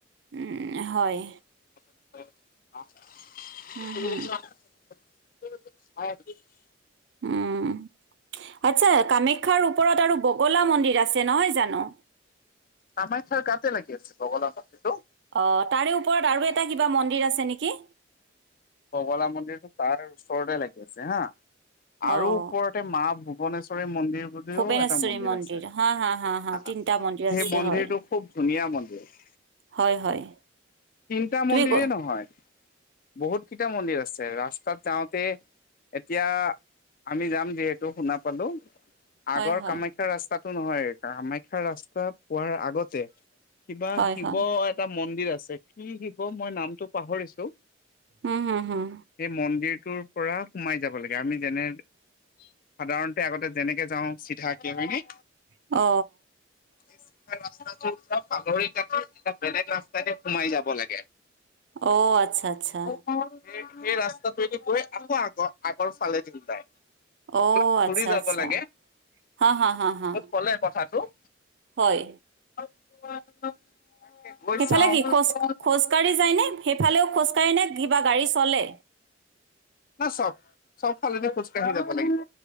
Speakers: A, on the right; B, on the left.
A: উম হয়।
B: <inaudible>
A: হুম হুম উম, আচ্ছা কামাখ্যাৰ ওপৰত আৰু বগলা মন্দিৰ আছে নহয় জানো।
B: কামাখ্যাৰ গাতে লাগি আছে বগলা মন্দিৰটো।
A: অ, তাৰে ওপৰত আৰু এটা কিবা মন্দিৰ আছে নেকি?
B: বগলা মন্দিৰটো তাৰ ওচৰতে লাগি আছে হা, আৰু
A: অঁ
B: ওপৰ তে মা ভূৱনেশ্বৰী মন্দিৰ বু লিও
A: ভূপেনেশ্বৰী
B: এটা মন্দিৰ আছে,
A: হা হা
B: হা
A: তিনিটা মন্দিৰ
B: সেই
A: আছে
B: মন্দিৰটো
A: হয়
B: খুব ধুনীয়া মন্দিৰ।
A: হয় হয়।
B: তিনিটা
A: তুমি
B: মন্দিৰেই
A: ক
B: নহয়, বহুতকেইটা মন্দিৰ আছে ৰাস্তাত যাওঁতে এতিয়া আমি যাম যিহেতু শুনা পালো। আগৰ
A: হয় হয়
B: কামাখ্যা ৰাস্তাটো নহয়, কামাখ্যা ৰাস্তাৰ পোৱাৰ আগতে কিবা
A: হয়
B: শিৱ
A: হয়
B: এটা মন্দিৰ আছে, কি শিৱ মই নামটো পাহৰিছো।
A: উম', হুম, হুম।
B: সেই মন্দিৰটোৰ পৰা সোমাই যাব লাগে, আমি যেনে সাধাৰণতে আগতে যেনেকে যাওঁ চিধাকে হয় নে।
A: অ।
B: এচ ৰাস্তাটো পৰা ফালৰি কাটি এটা বেলেগ ৰাস্তাইদি সোমাই যাব লাগে।
A: অ আচ্ছা আচ্ছা।
B: সেই ৰাস্তাটোয়েদি গৈ আকৌ আগৰ আগৰ ফালেদিও যায়।
A: অঁ
B: অলপ
A: আচ্ছা
B: ঘুৰি যাব
A: আচ্ছা
B: লাগে, মোক
A: হা হা হা হা
B: কলে কথাটো।
A: হয়।
B: <unintelligible>
A: সেইফালে
B: চাওঁ
A: কি খোজ খোজকাঢ়ি যায়নে? সেইফালেও খোজকাঢ়ে নে কিবা গাড়ী চলে?
B: না চব চব ফালেদি খোজ কাঢ়ি যাব লাগিব,